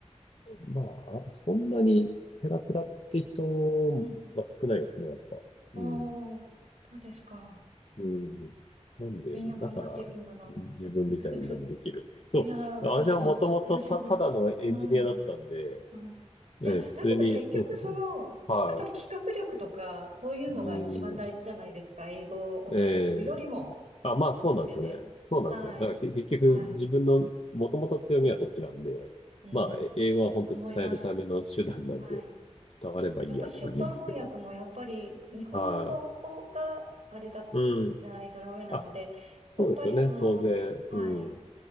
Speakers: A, on the left; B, on the right.
A: まあ、そんなにペラペラって人は少ないですね、
B: うん。
A: やっぱ。
B: ああ、
A: うん。
B: そうですか。
A: うん。なんで、
B: みんな頑張ってるんだな。
A: だから、自分みたいのでもできるって。
B: うん <laughs>
A: そう。
B: いやー、私も、
A: 私はもともとた、
B: 私も、
A: ただのエンジニアだったんで、
B: うん、はいいや、
A: ね、普通に、
B: だけど結局その、
A: そうそうそう。はい。
B: やっぱり企画力とか、そういうのが一番大事じゃないですか。
A: うん。
B: 英語を話すよりも。
A: ええあ、まあそうなんですよね。
B: ですよね。
A: そうなんですよ。
B: はい。
A: だからけ結局自分の元々強みはそっちなんで、
B: はい。うん。
A: まあえ英語は本当に伝えるための手段なんで、
B: うんと思います。はい。
A: 伝わればいいやって感じですけど。
B: やっぱ出版翻訳もやっぱり日本語があれだ、
A: はい。うん。
B: じゃないとダメなので、
A: あ、そうですよね。
B: やっぱりその、
A: 当然。
B: はい、
A: うん。